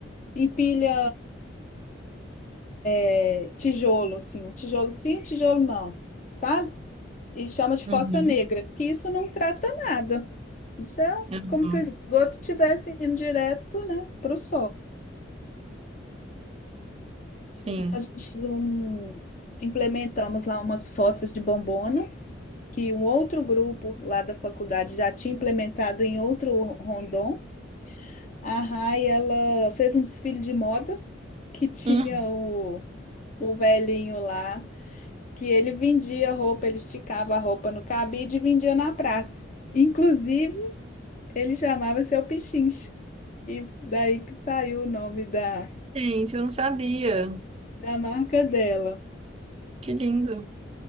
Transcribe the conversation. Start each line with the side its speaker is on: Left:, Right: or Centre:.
Left: empilha eh, tijolo, assim, um tijolo sim, um tijolo não, sabe? E chama de
Right: uhum,
Left: fossa negra, que isso não trata nada. Isso é
Right: uhum,
Left: como se o esgoto estivesse indo direto, né, para o solo.
Right: sim.
Left: a gente fez um, implementamos lá umas fossas de bombonas, que um outro grupo lá da faculdade já tinha implementado em outro rondon. A Rai, ela fez um desfile de moda que tinha
Right: Hum,
Left: o, o velhinho lá, que ele vendia roupa, ele esticava a roupa no cabide e vendia na praça. Inclusive, ele chamava Seu Pichincha. E daí que saiu o nome da,
Right: Gente, eu não sabia.
Left: da marca dela.
Right: Que lindo.